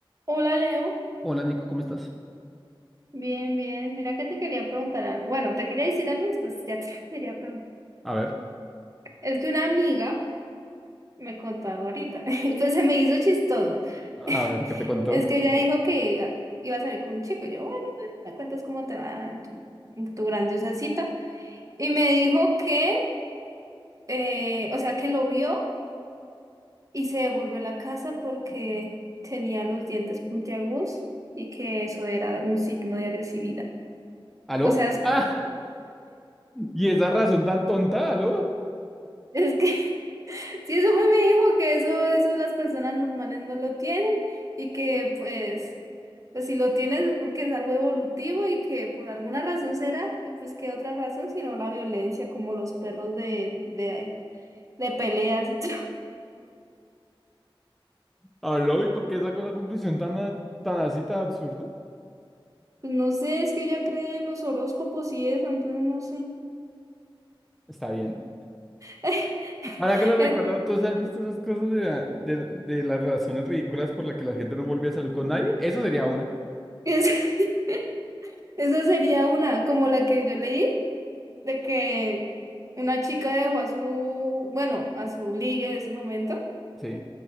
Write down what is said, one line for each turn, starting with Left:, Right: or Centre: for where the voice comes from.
Right: Hola Leo,
Centre: Hola Nico, ¿cómo estás?
Right: bien, bien. Mira que te quería preguntar algo. Bueno, te quería decir algo, después ya te <laughs> quería preguntar.
Centre: A ver,
Right: Es que una amiga me contó algo ahorita, <laughs> y pues se me hizo chistoso.
Centre: a
Right: <laughs>
Centre: ver, ¿qué te contó?
Right: Es que ella dijo que iba iba a salir con un chico. Yo, bueno, bueno, me cuentas cómo te va en tu, en tu grandiosa cita. Y me dijo que, eh, o sea, que lo vio y se devolvió a la casa porque tenía los dientes puntiagudos y que eso era un signo de agresividad.
Centre: ¿Aló?
Right: O sea, es,
Centre: Ah, <laughs> y esa razón tan tonta, ¿aló?
Right: <laughs> es que Sí, eso fue me dijo que eso, eso las personas normales no lo tienen y que pues, pues si lo tienes es porque es algo evolutivo y que por alguna razón será y pues qué otra razón sino la violencia como los perros de, de, de peleas y todo. <laughs>
Centre: ¿Aló? ¿Y por qué sacó la conclusión tan, a- tan así, tan absurda?
Right: Pues no sé, es que ella cree en los horóscopos y eso, entonces no sé.
Centre: Está bien.
Right: <laughs>
Centre: Ahora que lo recuerdo,
Right: En-
Centre: ¿tú has visto esas cosas de, la- de, de las razones ridículas por las que la gente no volvía a salir con nadie? Esa sería una.
Right: es- <laughs> esa sería una, como la que yo leí, de que una chica dejó a su, bueno, a su ligue de ese momento.
Centre: Sí,